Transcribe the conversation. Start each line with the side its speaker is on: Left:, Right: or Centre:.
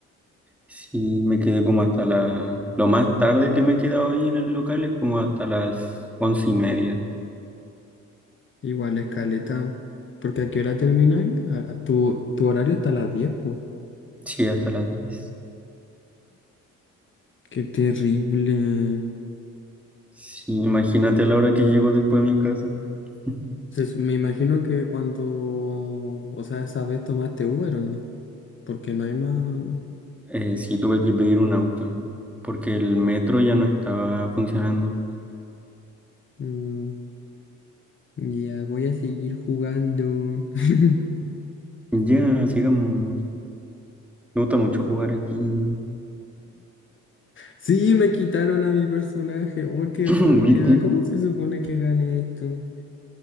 Centre: sí, me quedé como hasta la... Lo más tarde que me he quedado ahí en el local es como hasta las once y media.
Left: Igual escaleta. Porque a qué hora termináis? A la- Tu, tu horario está a las 10, po.
Centre: Sí, hasta las 10.
Left: Qué terrible.
Centre: Sí, imagínate a la hora que llego después a mi casa. <laughs>
Left: Se su- me imagino que cuando, o sea, esa vez tomaste Uber o no, porque no hay más.
Centre: Eh, sí, tuve que pedir un auto porque el metro ya no estaba funcionando.
Left: Mm, ya voy a seguir jugando. <laughs>
Centre: Ya, sigamos. Me gusta mucho jugar aquí.
Left: Sí, me quitaron a mi personaje. Oh,
Centre: <laughs>
Left: qué rabia.
Centre: ¿Viste?
Left: ¿Cómo se supone que gane esto?